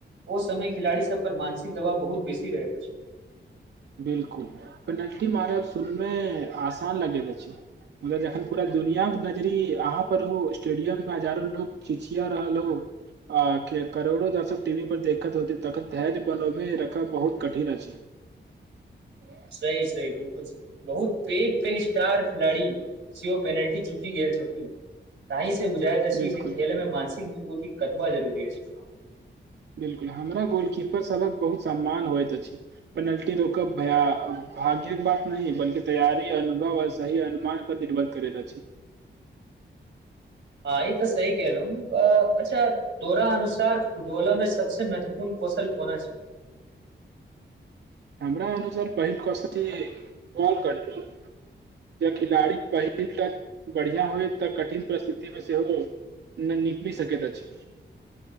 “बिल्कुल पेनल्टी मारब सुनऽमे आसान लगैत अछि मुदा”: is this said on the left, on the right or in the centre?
Right